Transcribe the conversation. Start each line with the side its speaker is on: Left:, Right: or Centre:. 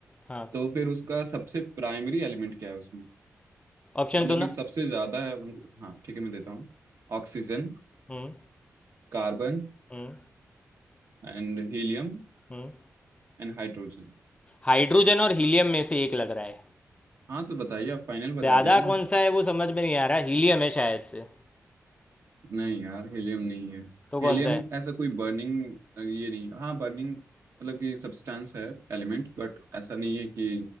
Left: हाँ
Right: तो फिर उसका सबसे प्राइमरी एलिमेंट क्या है उसमें
Left: ऑप्शन
Right: मतलब
Left: तो ना
Right: कि सबसे ज़्यादा है हाँ ठीक है मैं देता हूँ Oxygen
Left: हम्म
Right: carbon
Left: हम्म
Right: and helium
Left: हम्म
Right: and hydrogen
Left: हाइड्रोजन और हीलियम में से एक लग रहा है
Right: हाँ तो बताइए आप फाइनल
Left: ज्यादा
Right: बता दीजिए ना।
Left: कौन सा है वो समझ में नहीं आ रहा हीलियम है शायद से
Right: नहीं यार हीलियम नहीं है
Left: तो कौन
Right: हीलियम
Left: सा है
Right: ऐसा कोई बर्निंग ये नहीं है हाँ बर्निंग मतलब कि सब्सटेंस है एलिमेंट बट ऐसा नहीं है कि